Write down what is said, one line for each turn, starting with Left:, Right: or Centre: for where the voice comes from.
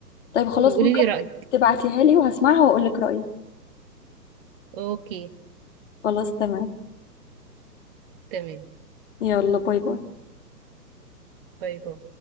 Left: طيب خلاص
Right: وقولي
Left: ممكن
Right: لي رأيك
Left: تبعتيها لي وهسمعها واقول لك رايي
Right: اوكي
Left: خلاص تمام
Right: تمام
Left: يلا باي باي
Right: باي باي